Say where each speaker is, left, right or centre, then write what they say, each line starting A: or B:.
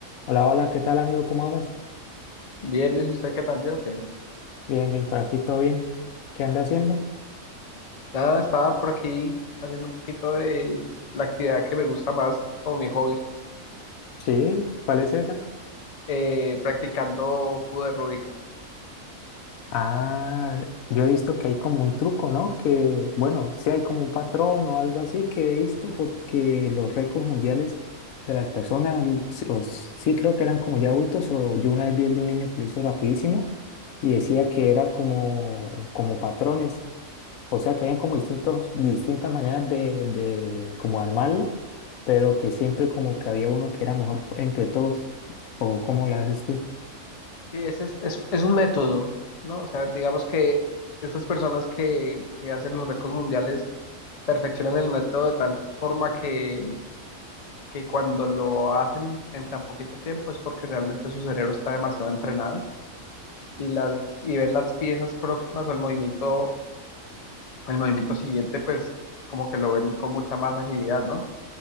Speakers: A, on the left (about 85°); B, on the left (about 50°).
A: Hola, hola, ¿qué tal amigo? ¿Cómo vamos?
B: Bien, Luis, ¿y usted qué tal? Bien, ok.
A: Bien, bien, por aquí todo bien. ¿Qué anda haciendo?
B: Nada, estaba por aquí haciendo un poquito de la actividad que me gusta más como mi hobby,
A: Sí, ¿cuál es esa?
B: eh, practicando cubo de Rubik.
A: Ah, yo he visto que hay como un truco, ¿no? Que, bueno, sí hay como un patrón o algo así que he visto porque los récords mundiales de las personas, sí o sí creo que eran como ya adultos o yo una vez vi el de un niño que lo hizo rapidísimo y decía que era como, como patrones. O sea que habían como distintos, distintas maneras de, de como armarlo, pero que siempre como que había uno que era mejor entre todos. ¿O cómo lo haces tú?
B: Sí, ese es, es, es un método, ¿no? O sea, digamos que estas personas que, que hacen los récords mundiales perfeccionan el método de tal forma que, que cuando lo hacen en tan poquito tiempo es porque realmente su cerebro está demasiado entrenado y, las, y ven las piezas próximas o el movimiento el movimiento siguiente, pues como que lo ven con mucha más agilidad, ¿no?